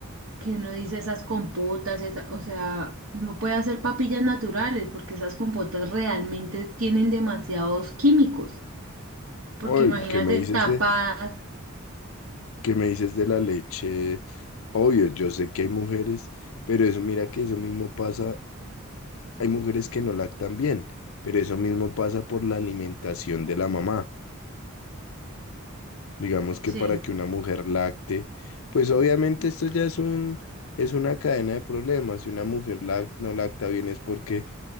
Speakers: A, on the right (about 80°); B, on the left (about 70°).
A: que uno dice esas compotas, esa- o sea, uno puede hacer papillas naturales porque esas compotas realmente tienen demasiados químicos, porque
B: Oye,
A: imagínate
B: ¿qué me dices
A: tapadas,
B: de, qué me dices de la leche? Obvio, yo sé que hay mujeres, pero eso mira que eso mismo pasa, hay mujeres que no lactan bien, pero eso mismo pasa por la alimentación de la mamá. Digamos que
A: sí,
B: para que una mujer lacte, pues obviamente esto ya es un, es una cadena de problemas. Si una mujer lac- no lacta bien es porque